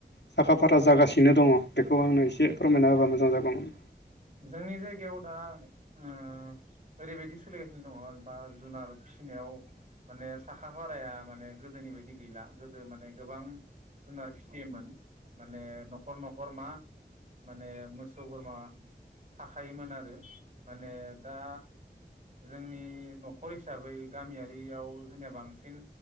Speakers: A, on the left; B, on the right.
A: साखा फारा जागासिनो दङ बेखौ आंनो एसे फोरमायना होबा मोजां जागौमोन?
B: जोंनि जायगायाव दा ओ ओरैबायदि सोलिगासिनो दङ बा जुनार फिसिनायाव माने साखा फाराया माने गोदोनि बायदि गैला गोदो माने गोबां जुनार फिथियोमोन माने न'खर न'खर मा माने मोसौ बोरमा थाखायोमोन आरो माने दा जोंनि न'खर हिसाबै गामियारियाव जोंनिया बांसिन